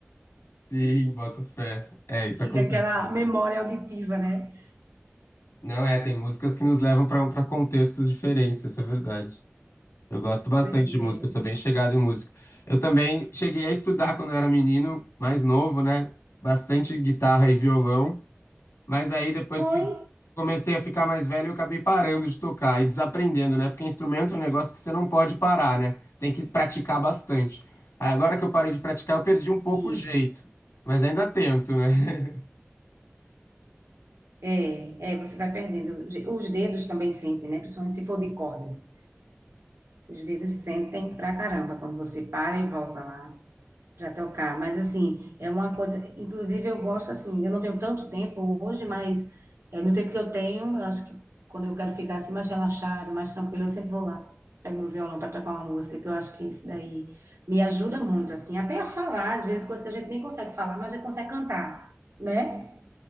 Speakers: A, on the left (about 85°); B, on the right (about 85°).
A: Sim, boto fé.
B: <laughs>
A: É, isso
B: Fica
A: acontece.
B: aquela
A: mesmo.
B: memória auditiva, né?
A: Não é, tem músicas que nos levam para para contextos diferentes, essa é a verdade. Eu gosto bastante
B: Pois
A: de
B: é.
A: música, eu sou bem chegado em música. Eu também cheguei a estudar quando eu era menino, mais novo, né? Bastante guitarra e violão, mas aí depois
B: Foi
A: que eu comecei a ficar mais velho, eu acabei parando de tocar e desaprendendo, né? Porque instrumento é um negócio que você não pode parar, né? Tem que praticar bastante. Aí Agora que eu parei de praticar, eu perdi um pouco
B: isso.
A: o jeito, mas ainda tento, né? <laughs>
B: É, é, você vai perdendo. Os dedos também sentem, né? Principalmente se for de cordas. Os dedos sentem pra caramba quando você para e volta lá. para tocar, mas assim, é uma coisa, inclusive eu gosto assim, eu não tenho tanto tempo hoje, mas é, no tempo que eu tenho, eu acho que quando eu quero ficar assim mais relaxada, mais tranquila, eu sempre vou lá, pego meu violão para tocar uma música, que eu acho que isso daí me ajuda muito, assim, até a falar, às vezes coisas que a gente nem consegue falar, mas a gente consegue cantar, né?